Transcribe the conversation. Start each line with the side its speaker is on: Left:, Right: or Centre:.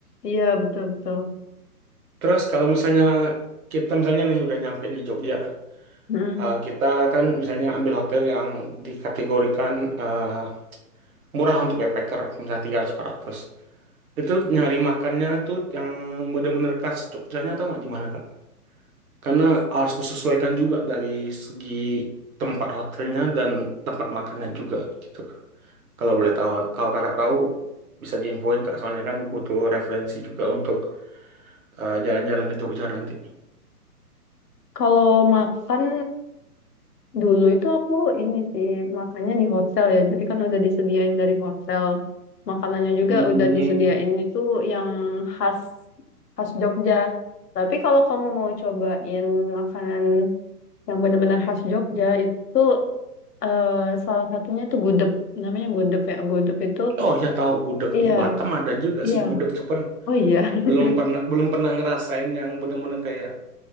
Left: iya betul betul.
Right: Terus kalau misalnya kita misalnya nih udah nyampe di Jogja,
Left: Mm.
Right: eh, kita kan misalnya ambil hotel yang dikategorikan eh, murah untuk backpacker, misalnya tiga ratus empat ratus Itu nyari makannya itu yang bener-bener khas Jogjanya atau nggak di mana, Kak? Karena harus kusesuaikan juga dari segi tempat hotelnya dan tempat makannya juga gitu. Kalau boleh tahu, kalau kakak tahu bisa diinfoin kak, soalnya kan butuh referensi juga untuk eh, jalan-jalan ke Jogja nanti.
Left: Kalau makan dulu itu aku ini sih makannya di hotel ya. Jadi kan udah disediain dari hotel. Makanannya juga
Right: Hmm.
Left: udah disediain itu yang khas khas Jogja. Tapi kalau kamu mau cobain makanan yang benar-benar khas Jogja itu eh, salah satunya itu gudeg namanya gudeg ya gudeg itu
Right: Oh ya tahu gudeg
Left: iya
Right: di Batam ada juga
Left: iya
Right: sih gudeg, cuman
Left: oh iya
Right: belum
Left: <laughs>
Right: pernah belum pernah ngerasain yang bener-bener kayak